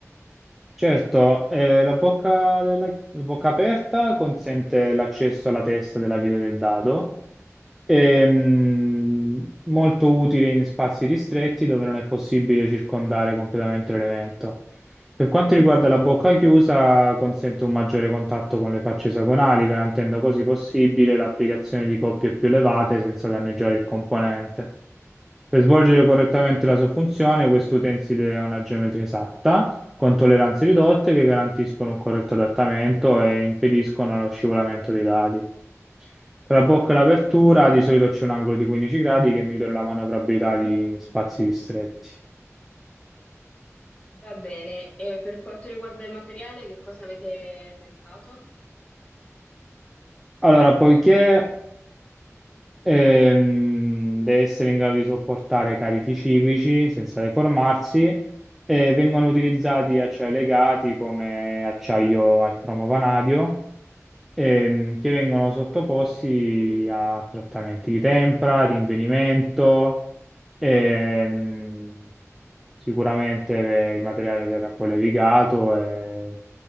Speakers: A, in the centre; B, on the left.
A: Certo, eh, la bocca, della- la bocca aperta consente l'accesso alla testa della vita del dado, Ehm, molto utile in spazi ristretti dove non è possibile circondare completamente l'elemento. Per quanto riguarda la bocca chiusa, consente un maggiore contatto con le facce esagonali, garantendo così possibile l'applicazione di coppie più elevate senza danneggiare il componente. Per svolgere correttamente la sua funzione, questo utensile ha una geometria esatta, con tolleranze ridotte che garantiscono un corretto adattamento e impediscono lo scivolamento dei dadi. Tra la bocca e l'apertura di solito c'è un angolo di 15 gradi che migliora la manovrabilità di spazi ristretti.
B: Va bene, e per quanto riguarda il materiale, che cosa avete pensato?
A: Allora, poiché ehm, deve essere in grado di sopportare carichi ciclici senza deformarsi, eh, vengono utilizzati acciai legati come acciaio al cromo vanadio, ehm, che vengono sottoposti a trattamenti di tempra, rinvenimento Ehm, sicuramente eh, il materiale verrà poi levigato e,